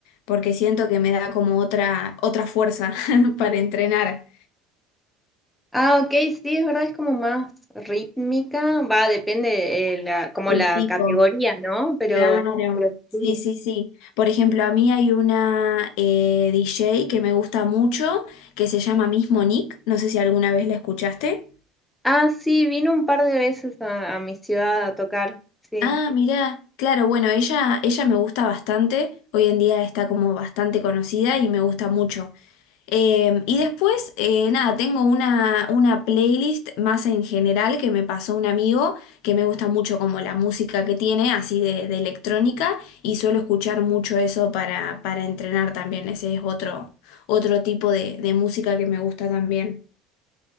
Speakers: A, on the left (about 70°); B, in the centre.
A: porque siento que me da como otra, otra fuerza <laughs> para entrenar.
B: Ah, ok, sí, es verdad, es como más rítmica, va, depende eh, la, como
A: El
B: la
A: tipo.
B: categoría, ¿no? Pero,
A: Claro,
B: pero
A: sí,
B: sí.
A: sí, sí. Por ejemplo, a mí hay una eh, DJ que me gusta mucho, que se llama Miss Monique, no sé si alguna vez la escuchaste.
B: Ah, sí, vino un par de veces a, a mi ciudad a tocar, sí.
A: Ah, mirá, claro, bueno, ella, ella me gusta bastante, hoy en día está como bastante conocida y me gusta mucho. Eh, y después, eh, nada, tengo una, una playlist más en general que me pasó un amigo, que me gusta mucho como la música que tiene, así de, de electrónica, y suelo escuchar mucho eso para, para entrenar también, ese es otro, otro tipo de, de música que me gusta también.